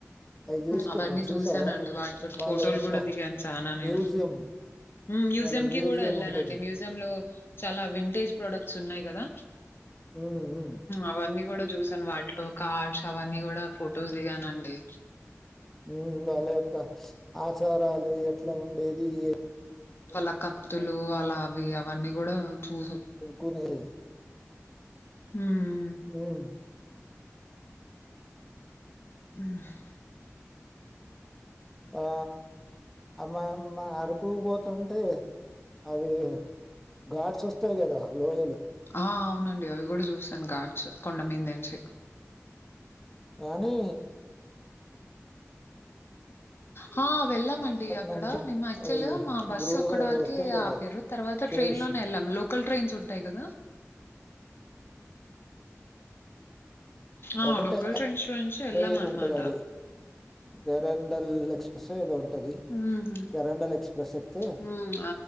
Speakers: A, in the centre; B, on the left.
A: అయి జూసుకున్నాం.
B: అవన్నీ
A: చూసారా?
B: చూసానండి వాటితోటి
A: వాళ్ళ
B: ఫోటోలు
A: యొక్క
B: కూడ దిగాను చాన నేను
A: మ్యూజియం
B: మ్యూజియం
A: వాళ్ళ
B: కి కూడ వెళ్ళానండి
A: ఉంటది.
B: మ్యూజియం లో చాలా వింటేజ్ ప్రొడక్ట్స్ ఉంటాయి కదా
A: హ్మ్. హ్మ్.
B: అవన్నీ కూడ చూసాను వాటిలో కార్స్ అవన్నీ కూడా ఫొటోస్ దిగానండి
A: ఉ వాళ్ళ యొక్క ఆచారాలు ఎట్లా ఉండేది ఎ
B: అలా కత్తులు అలా అవి అవన్నీ కూడా చూ
A: కొనేటియి.
B: <unintelligible>
A: హ్మ్.
B: ఆ
A: ఆ అమ్మమ్మా అరకు పోతుంటే అవి ఘాడ్స్ వస్తాయి కదా లోయలు
B: ఆ! అవునండి అవి కూడ చూసాను గాడ్స్ కొండ మీద నుంచి
A: అనీ
B: హా వెళ్ళా అండి
A: పట్నం
B: అక్కడ
A: నుంచి
B: మేము యాక్చువల్గా
A: అవి
B: మా బస్సు
A: గృహ
B: ఒక్కటి వారికి
A: వస్తాయి కదా
B: ఆపారు తర్వాత
A: కేవ్స్
B: ట్రైన్ లోనే వెళ్ళాము లోకల్ ట్రైన్స్ ఉంటాయి కదా ఆ!
A: ఒకటే
B: లోకల్ ట్రైన్స్‌లో నుంచి
A: ట్రయిన్
B: ఎళ్ళామనమాట.
A: ఉంటది అది దేరండల్ ఎక్స్ప్రెస్ ఏదో ఉంటది
B: హుహు.
A: దేరండల్ ఎక్స్ప్రెస్ ఎక్తే
B: హ్మ్.